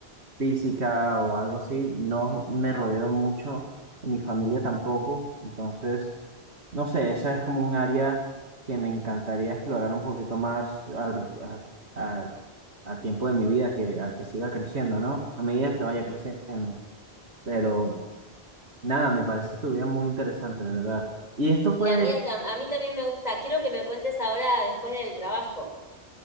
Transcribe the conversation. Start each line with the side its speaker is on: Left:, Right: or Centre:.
Right: física o algo así, no me rodeo mucho, mi familia tampoco, entonces... No sé, esa es como un área que me encantaría explorar un poquito más al- a, a- a tiempo de mi vida, que, a que siga creciendo, ¿no? A medida que vaya creciendo. Pero nada, me parece tu vida muy interesante, de verdad. Y esto
Left: Y
Right: fue,
Left: la mía, tam- a mí también me gusta. Quiero que me cuentes ahora después del trabajo.